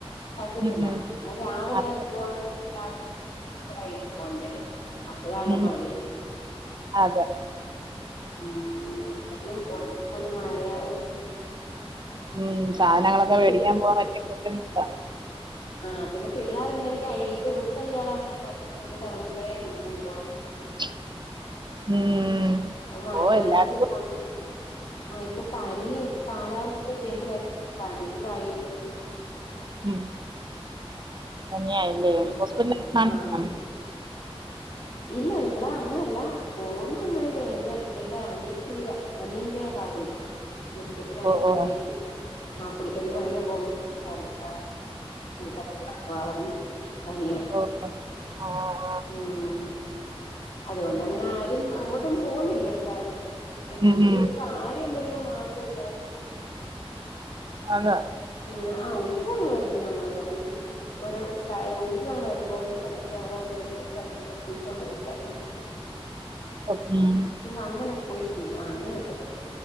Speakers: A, on the left; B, on the right.
A: പറ്റത്തില്ല
B: ഉം ഉം.
A: നല്ല് രാവിലെ
B: അ-
A: പോവാന്ന് വെച്ച ജോലിയക്കെ തീർത്ത് വൈട്ട് പോകന്ന് വിചാരിക്കും അപ്പോതാണ്ടെ
B: ഉം.
A: മഴയും
B: അതെ
A: ആഹ് എട്ലേം പോണേൽ പോലും മഴയാ
B: ഉം സാധനങ്ങളക്കെ
A: പിന്നെ
B: മേടിക്കാൻ
A: പി
B: പോവാനെക്കെ ബുദ്ധിമുട്ടാ
A: ആഹ് പിന്നെ പിള്ളേരുണ്ടെങ്കി അയ് ഇപ്പവിടുത്തെ ഇയാളാണെങ്കി അച്ഛൻ വെളിലൊട്ടിറങ്ങുമ്പഴേ നിക്കും പോണം പോണം
B: ഉം
A: പ്പം മഴയാണെങ്കി
B: ഓ എല്ലാവർക്കും
A: കൊൺ ആഹ് ഇപ്പപനിം കാലാവസ്ഥ ചേഞ്ചായ് പനിം ആയ്
B: ഉം പനിയായല്ലേ
A: എന്തൊക്കോ
B: ഹോസ്പിറ്റലിൽ കാണിച്ചില്ലേ
A: ആഹ് ഇല്ല ഇവിടെ അങ്ങനെയല്ല ഓനങ്ങനെ കഴിഞ്ഞാ എന്റെ അനിയത്തീടെ അനിയന്റെ ഭാര്യ എന്റെ ചേട്ടന്റെ അനിയന്റെ
B: ഓ ഓ
A: ഭാര്യക്ക് ആഹ് പുള്ളിക്കാരിക്ക് ഭയങ്കര വോമിറ്റിംഗ് ശർദ്ധി ആഹ് ആഹ് ഈ ഭാഗത്ത് കൂടെ വളഞ്ഞ് പനിയാ
B: ഓ ഒ ഓ
A: ഉം അതുകൊണ്ടങ്ങനെ ആരും എങ്ങോട്ടും പോന്നില്ലിപ്പ എന്തേലും
B: ഉം ഉം
A: ഒര് കാര്യം വരുമ്പോ മാത്രം ല്ലാരും
B: അതെ
A: പിന്നെ ആ ഉത്സവങ്ങങ്ങൾ വരുമ്പോ ഞങ്ങളല്ല ഈ ഓരോ ക ഉത്സവങ്ങൾ വരുമ്പോ ഒരു സ്ഥലത്ത് അവരവരുടെ വീടീൻ്റെ പരിസരത്തൊക്കെ ഉത്സവം വരുംമ്പോ
B: ഉം
A: അങ്ങനെ പോയിക്കൂ ആഹ് അങ്ങനൊക്കെ